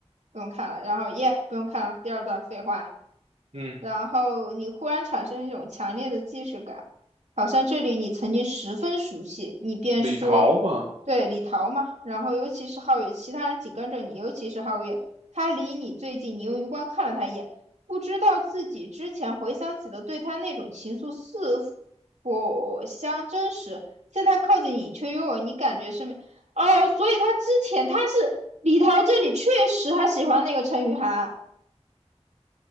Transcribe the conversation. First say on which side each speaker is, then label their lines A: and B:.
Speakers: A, on the right; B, on the right.
A: 不用看了。然后耶，不用看了，第二段废话。
B: 嗯，
A: 然后你忽然产生一种强烈的既视感，好像这里你曾经十分熟悉，你便说，
B: 李桃嘛，
A: 对，李桃嘛。然后尤其是皓月，其他人紧跟着你，尤其是皓月，他离你最近，你用余光看了他一眼，不知道自己之前回想起的对他那种情愫是否相真实。现在靠近你，却又有你感觉身边，哦，所以他之前他是李桃这里确实他喜欢那个陈雨涵。